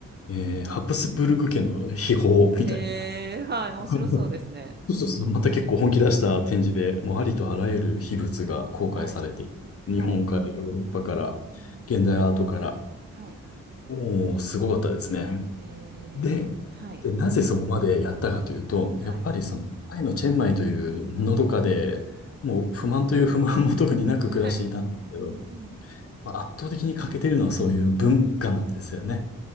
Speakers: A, on the left; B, on the right.
A: えーハプスブルグ家の秘宝みたいな。
B: へえ、はい、面白そうですね。
A: <laughs> そうそうそう。また結構本気出した展示で、
B: うんうんうん。
A: もうありとあらゆる秘仏が公開されていて、
B: はい。はい。
A: 日本からヨーロッパから、
B: うん。
A: 現代アートから、
B: はい。
A: もうすごかったですね。
B: へえ、
A: で、
B: はい。
A: で、なぜそこまでやったかというと、
B: はい。
A: やっぱりその、タイのチェンマイというのどかで、もう不満という不満も特になく暮らしていたんですけど、
B: うんうん。はい。うんうん。
A: まあ、圧倒的に欠けてるのはそういう文化なんですよね。